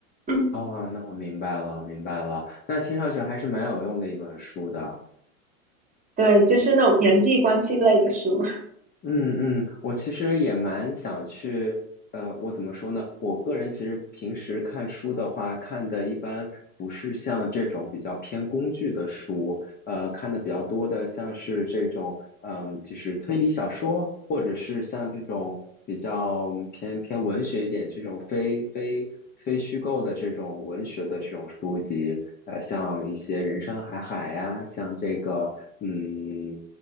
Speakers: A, on the right; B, on the left.
A: <laughs>
B: 哦，那我明白了，明白了。那听上去还是蛮有用的一本书的。
A: <clears throat> 对，就是那种人际关系类的书。
B: 嗯嗯，我其实也蛮想去，呃，我怎么说呢？我个人其实平时看书的话，看的一般不是像这种比较偏工具的书，呃看的比较多的，像是这种嗯，就是推理小说，或者是像这种比较嗯偏偏文学一点这种非非非虚构的这种文学的这种书籍，呃，像一些《人生海海》呀，像这个嗯